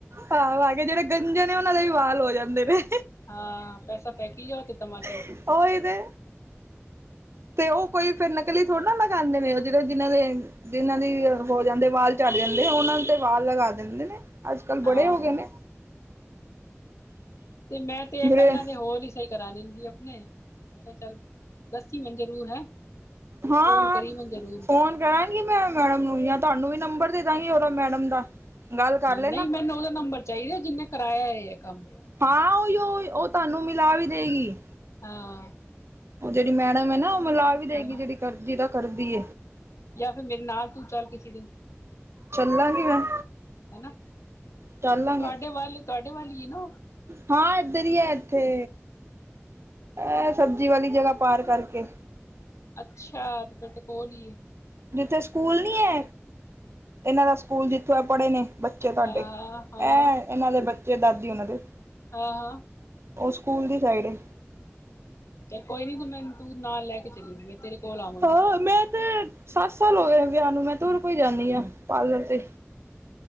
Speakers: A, on the right; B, on the left.
A: ਹਾ ਵਾਕੇ ਜਿਹੜੇ ਗੰਜੇ ਨੇ ਉਹਨਾਂ ਦੇ ਵੀ ਵਾਲ ਹੋ ਜਾਂਦੇ ਨੇ।
B: ਹਾਂ ਪੈਸਾ ਫੇਕੀ ਜਾੳ ਤੇ ਤਮਾਸ਼ਾ
A: ੳਹੀ ਤੇ। ਤੇ ਉਹ ਕੋਈ ਫਿਰ ਨਕਲੀ ਥੋੜੀ ਨਾ ਲਗਾਉਂਦੇ ਨੇ ਉਹ ਜਿਹੜੇ ਜਿਹਨਾਂ ਦੇ। ਜਿਨਾਂ ਦੇ ਹੋ ਜਾਂਦੇ ਵਾਲ ਚੜ੍ਹ ਜਾਂਦੇ ਉਹਨਾਂ ਤੇ ਵਾਲ ਲਗਾ ਦਿੰਦੇ ਨੇ। ਅੱਜ ਕੱਲ੍ਹ ਬੜੇ
B: ਹਾਂ
A: ਹੋ ਗਏ ਨੇ
B: ਤੇ ਮੈਂ ਤੇ
A: ਜਿਹੜੇ
B: ਕੰਨਾਂ ਨੇ ਹੋਰ ਹੀ ਸਹੀ। ਕਰਾਂਗੀ ਆਪਣੇ ਮੈਂ ਕਿਹਾ ਚੱਲ ਦੱਸੀ ਮੈਨੂ ਜ਼ਰੂਰ ਹੈ।
A: ਹਾਂ
B: ਫੋਨ ਕਰੀ ਮੈਨੂੰ ਜ਼ਰੂਰ
A: ਫੋਨ ਕਰਾਂਗੀ। ਮੈਂ ਮੈਡਮ ਨੂੰ ਜਾਂ ਤੁਹਾਨੂੰ ਵੀ ਨੰਬਰ ਦੇ ਦਾਂਗੀ ਉਹਦਾ ਮੈਡਮ ਦਾ। ਗੱਲ ਕਰ ਲੈਣਾ
B: ਨਹੀਂ ਮੈਨੂੰ ਉਹਦਾ ਨੰਬਰ ਚਾਹੀਦਾ ਜਿਨੇ ਕਰਾਇਆ ਹੇ ਇਹ ਕੰਮ।
A: ਹਾਂ ਉਹੀ ਉਹ ਤੁਹਾਨੂੰ ਮਿਲਾ ਵੀ ਦੇਗੀ।
B: ਹਾਂ।
A: ਉਹ ਜਿਹੜੀ ਮੈਡਮ ਹੈ ਨਾ ਉਹ ਮਿਲਾ ਵੀ ਦੇਗੀ
B: ਹਾਂ
A: ਜਿਹੜੀ ਕਰਦੀ ਹੇ ਕਰਦੀ।
B: ਜਾਂ ਫਿਰ ਮੇਰੇ ਨਾਲ ਤੂੰ ਚੱਲ ਕਿਸੇ ਦਿਨ।
A: ਚੱਲਾਂਗੀ ਮੈਂ।
B: ਹਨਾ
A: ਚੱਲ ਲਾਂਗੇ
B: ਤੁਹਾਡੇ ਵੱਲ ਤੁਹਾਡੇ ਵੱਲ ਹੀ ਨਾ ਉਹ।
A: ਹਾਂ ਏਧਰ ਹੀ ਹੈ ਇੱਥੇ। ਇਹ ਸਬਜ਼ੀ ਵਾਲੀ ਜਗ੍ਹਾ ਪਾਰ ਕਰਕੇ।
B: ਅੱਛਾ ਤੇ ਫੇਰ ਤੇ ਕੋਲ ਹੀਏ।
A: ਜਿੱਥੇ ਸਕੂਲ ਨੀ ਹੈ ਇਹਨਾਂ ਦਾ ਸਕੂਲ ਜਿੱਥੋਂ ਆ ਪੜ੍ਹੇ ਨੇ। ਬੱਚੇ ਤੁਹਾਡੇ
B: ਹਾਂ ਹਾਂ ਹਾਂ
A: ਐਂ ਇਹਨਾਂ ਦੇ ਬੱਚੇ ਦਾਦੀ ਉਹਨਾਂ ਦੇ।
B: ਆ ਹਾਂ।
A: ਓ ਸੂਕੂਲ ਦੀ ਸਾਈਡ ਐ।
B: ਚੱਲ ਕੋਈ ਨੀ ਤੂ ਮੈਨ ਤੂ ਨਾਲ ਲੈ ਕੇ ਚਲੀ ਮੈਂ ਤੇਰੇ ਕੋਲ ਆਵਾਂਗੀ
A: ਹਾਂ, ਮੈਂ ਤੇ ਸਾੱਤ ਸਾਲ ਹੋ ਗਏ ਨੇ ਵੇਆਹ ਨੂੰ, ਮੈਂ ਤੂਰ ਕੋਈ ਜਾਂਨੀ ਆਂ ਪਾਰਲਰ ਤੇ।